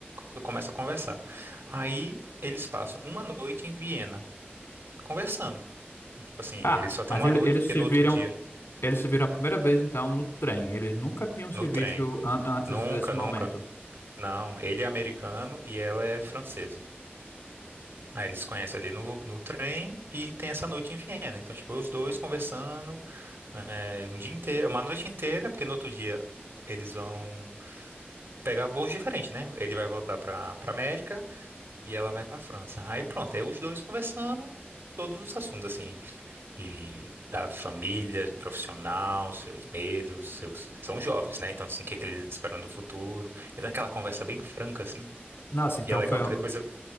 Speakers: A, on the right; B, on the left.
A: co- começa a conversar. Aí eles passam uma noite em Viena, conversando. Tipo assim, eles
B: Ah,
A: só têm
B: mas
A: uma
B: ele-
A: noite,
B: eles
A: porque
B: se
A: no
B: viram.
A: outro dia,
B: Eles se viram a primeira vez, então, no trem. Eles nunca tinham se
A: no
B: visto
A: trem.
B: an- antes
A: Nunca,
B: desse
A: nunca.
B: momento.
A: Não, ele é americano e ela é francesa. Aí eles se conhecem ali no, no trem e tem essa noite em Viena. Então, tipo, os dois conversando né, um dia inteiro, uma noite inteira, porque no outro dia eles vão pegar voos diferentes, né? Ele vai voltar pra, pra América e ela vai pra França. Aí pronto, aí os dois conversando todos os assuntos, assim, de, da família, de profissional, seus medos, seus... São jovens, né? Então, assim, o que, que eles esperam do futuro. E daquela conversa bem franca, assim.
B: Nossa, então
A: E é legal
B: foi,
A: que depois eu...